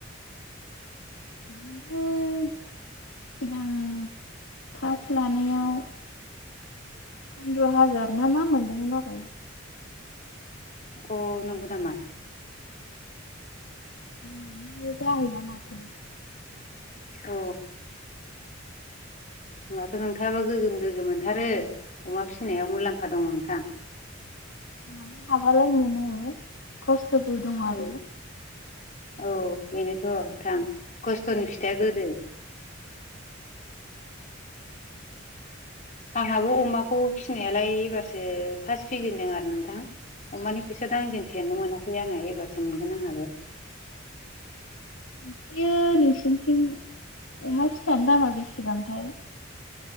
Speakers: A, on the left (about 80°); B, on the left (about 40°).
A: <unintelligible> सिगां पास लानायाव फन्द्र हाजार ना मा मोनदोंमोन आरो।
B: अ नंगौ नामा?
A: दाममानो जाहैया। माथो
B: अ होनोमबाथ नोंथांङाबो गोगोम-गोगोम मोनथारो अमा फिसिनायाव मुलाम्फा दंङ नोंथां।
A: लानो हाबालाय मोनो खस्थबो दंङ
B: औ
A: आरो।
B: औ बेनोथ नोंथां। खस्थनि फिथाइया गोदै आंहाबो अमाखौ फिसिनायालाय एबारसो फार्स्ट फिजेनदों आरो नोंथां।
A: ओमफ्रायो
B: अमानि फैसा दाजेनफेरनो मोनाखै आङो एबारसो मोनगोन आंहाबो
A: ओमफ्रायो नोंसिनिथिं अमा फिसानि दामा बेसेबांथाय